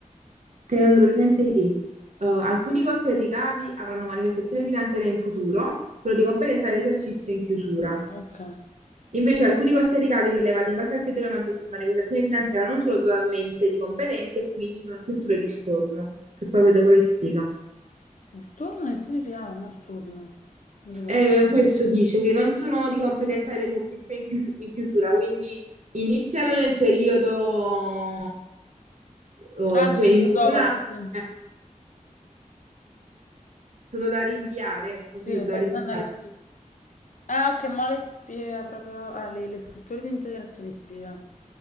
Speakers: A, on the right (about 60°); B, on the left (about 65°).
A: Tenendo presente che eh, alcuni costi e ricavi avranno manifestazione finanziaria in futuro, solo di competenza dell'esercizio in chiusura.
B: Ok.
A: Invece alcuni costi e ricavi rilevati in base al criterio manifes- manifestazione finanziaria non sono totalmente di competenza e quindi sono scritture di storno, che poi vedo le spiega.
B: Storno che significava? No, storno. Non mi ricordo.
A: Eh, questo dice che non sono di competenza dell'esercizio in chiusu- in chiusura, quindi iniziano nel periodo, oh,
B: Ah, si
A: cioè
B: scritto
A: in
B: dopo,
A: una,
B: sì, sì.
A: eh, sono da rinviare, così
B: Sì,
A: sono da
B: poi
A: rinviare.
B: stanno le scritture. Ah, ok, ma le spiega proprio... Ah, le, le scritture di integrazione spiega.